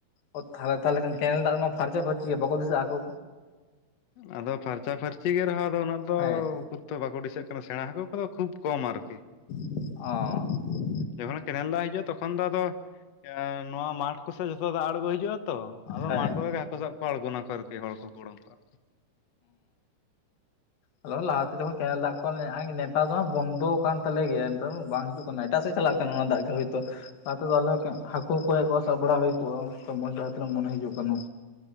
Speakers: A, on the left; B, on the left.
A: ᱚ ᱛᱟᱦᱞᱮ ᱛᱟᱦᱟᱞᱮ ᱠᱷᱟᱱ ᱠᱮᱱᱮᱞ ᱫᱟᱜ ᱢᱟ ᱯᱷᱟᱨᱪᱟ ᱯᱷᱟᱨᱪᱤ ᱜᱮᱭᱟ, ᱵᱟᱠᱚ ᱫᱤᱥᱟᱹᱜᱼᱟ ᱦᱟᱹᱠᱩ?
B: ᱟᱫᱚ ᱯᱷᱟᱨᱪᱟ ᱯᱷᱟᱨᱪᱤ ᱜᱮ ᱨᱮᱦᱚᱸ ᱟᱫᱚ ᱩᱱᱟᱹᱜ ᱫᱚᱼᱼ
A: ᱦᱮᱸ
B: ᱛᱚ ᱵᱟᱠᱚ ᱰᱤᱥᱤᱥᱟᱹᱜ ᱠᱟᱱᱟ। ᱥᱮᱬᱟ ᱦᱟᱹᱠᱩ ᱠᱚᱫᱚ ᱠᱷᱩᱵ ᱠᱚᱢ ᱟᱨᱠᱤ।
A: ᱚ᱾
B: ᱡᱚᱠᱷᱚᱱ ᱠᱮᱱᱮᱞ ᱫᱟᱜ ᱦᱤᱡᱩᱜᱼᱟ ᱛᱚᱠᱷᱚᱱ ᱫᱚ ᱟᱫᱚ ᱮ ᱱᱚᱣᱟ ᱢᱟᱴᱷ ᱠᱚᱥᱮᱫ ᱡᱷᱚᱛᱚ ᱫᱟᱜ ᱟᱬᱜᱚ ᱦᱤᱡᱩᱜᱼᱟ ᱛᱚ᱾ ᱟᱫᱚ
A: ᱦᱮᱸ
B: ᱢᱟᱴᱷ ᱠᱚᱨᱮ ᱜᱮ ᱦᱟᱹᱠᱩ ᱥᱟᱵ ᱠᱚ ᱟᱬᱜᱚᱱᱟ ᱠᱚ ᱟᱨᱠᱤ᱾ ᱦᱚᱲ ᱠᱚᱠᱚ ᱩᱰᱩᱝ ᱠᱚᱜᱼᱟ।
A: ᱦᱚᱸ ᱟᱞᱮ ᱦᱚᱸ ᱞᱟᱦᱟᱛᱮ ᱡᱚᱠᱷᱚᱱ ᱠᱮᱱᱮᱞ ᱫᱟᱜ ᱠᱚ ᱠᱦᱚᱱ <unintelligible> ᱱᱮᱛᱟᱨ ᱫᱚ ᱦᱟᱸᱜ ᱵᱚᱱᱫᱚ ᱠᱟᱱ ᱛᱟᱞᱮ ᱜᱮᱭᱟ ᱱᱮᱛᱟᱝ ᱫᱚ ᱵᱟᱝ ᱦᱤᱡᱩᱜ ᱠᱟᱱᱟ᱾ ᱮᱴᱟᱜ ᱥᱮᱫ ᱪᱟᱞᱟᱜ ᱠᱟᱱᱟ ᱚᱱᱟ ᱫᱟᱜ ᱜᱮ ᱦᱳᱭᱛᱳ। ᱞᱟᱦᱟ ᱛᱮᱫᱚ ᱟᱞᱮ ᱦᱚᱸ ᱠᱮ ᱦᱚᱸᱠᱩ ᱦᱚᱸᱠᱚ ᱦᱮᱡ ᱠᱚᱜᱼᱟ, ᱥᱟᱵ ᱵᱟᱲᱟ ᱦᱩᱭ ᱠᱚᱜᱼᱟ ᱚᱱᱠᱟ ᱢᱚᱸᱡᱽ ᱡᱟᱦᱟᱸ ᱛᱱᱟᱹᱜ ᱢᱚᱱᱮ ᱦᱤᱡᱩᱜ ᱠᱟᱱᱟ।